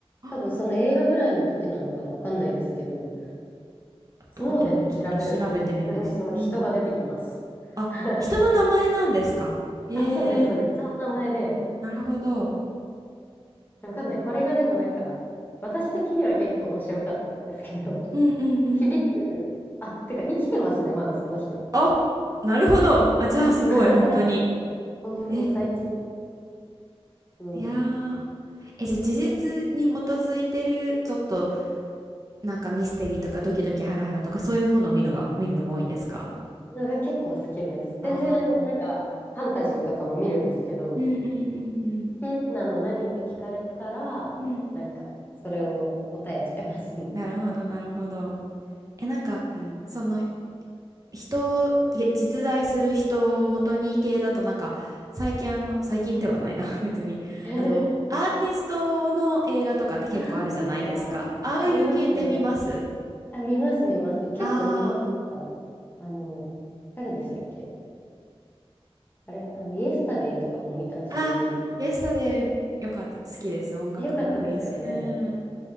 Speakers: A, on the right; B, on the left.
A: あ
B: 多分その映画ぐらいの時なのかな、わかんないですけど、
A: あと、
B: スノーデンって調べると、
A: 後でちょっと調べてみます。
B: 普通にその人が出てきます。
A: うん。あ、
B: <laughs>
A: 人の名前なんですかへえ、
B: あ、そうです、そうです。人の名前で、
A: なるほど。
B: わかんない。これがでもなんか、私的には結構面白かったんですけど、<laughs>
A: うんうんうん。
B: 響く、あ、てか生きてますね、まだその人。
A: あ、なるほど。あ、じゃあすごい、
B: <laughs>
A: 本当に。
B: 本当に最近、
A: え、
B: うん、
A: いやー。え、じゃあ事実に基づいてる、
B: け
A: ちょっとなんかミステリーとかドキドキハラハラとかそういうものを見るが、見るのが多いんですか
B: のが結構好きです。
A: ああー、
B: 全然なんか、
A: なる
B: ファンタジーとかも見るんですけど、
A: うんうんうん
B: 好き、なの、何って聞かれたら、
A: うん。うん。
B: なんか、それを答えちゃいますね。
A: なるほど、なるほど。え、なんか、
B: うん。
A: その、人、げ実在する人を元に系だとなんか最近あの、最近ではないな <laughs> 別に。
B: <laughs>
A: あの、アーティストの映画とかって結構あるじゃないですか。
B: ああ、
A: ああいう系って見ます
B: ありますね。あ、見ます、見ます。結構見ました。
A: あ
B: あの、誰でしたっけあれ、あの、イエスタデイとかも見たし、
A: あー、あイエスタでよかった。好きです。音楽がいいし。
B: よかったですよね。
A: うん。